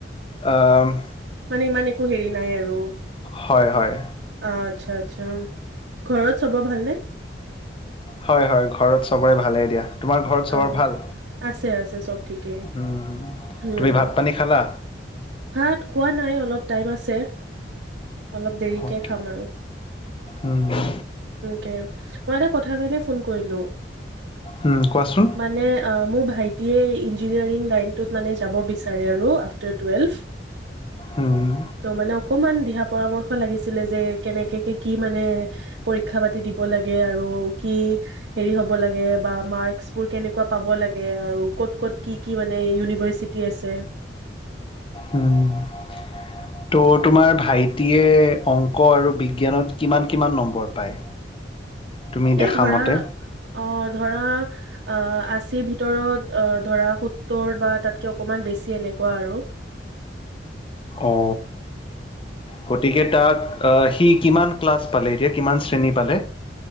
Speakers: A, on the left; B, on the right.
A: আহ
B: মানে ইমান একো হেৰি নাই আৰু।
A: হয় হয়
B: আচ্ছা আচ্ছা ঘৰত চবৰ ভালনে?
A: হয় হয় ঘৰত চবৰে ভালেই দিয়া? তোমাৰ ঘৰত
B: অ'
A: চবৰ ভাল
B: আছে আছে চব ঠিকেই।
A: উম
B: উম
A: তুমি ভাত পানী খালা?
B: ভাত খোৱা নাই অলপ টাইম আছে? অলপ দেৰিকে
A: অ'কে
B: খাম আৰু
A: উম,
B: কে। মই এটা কথা কাৰণে ফোন কৰিলো?
A: উম, কোৱাচোন
B: মানে অ মোৰ ভাইটিয়ে ইনজি। ইঞ্জিনিয়াৰিং লাইনটোত মানে যাব বিচাৰে আৰু। আ্ফটাৰ টুৱেলভ।
A: উম,
B: ত মানে অকমান দিহা। পৰামৰ্শ লাগিছিল যে কেনেকে কি মানে পৰা পাতি দিব লাগ আৰু কি হেৰি হব লাগে বা মাৰ্কচ বোৰ কেনেকোৱা পাব লাগে আৰু কত কত কি কি মানে ইউনিভাৰ্ছিটি আছে?
A: ত' তোমাৰ ভাইটিয়ে অংক আৰু বিজ্ঞানত কিমান কিমান নম্বৰ পায়? তুমি
B: এ
A: দেখা
B: ধৰা
A: মতে
B: অ ধৰা। আহ আচি ভিতৰত অ ধৰা হোত। সত্তৰ বা তাতকে অকণমান বেছি এনেকুৱা আৰু
A: অ গতিকে তাক আহ সি কিমান ক্লাছ পালে এতিয়া কিমান শ্ৰেণী পালে?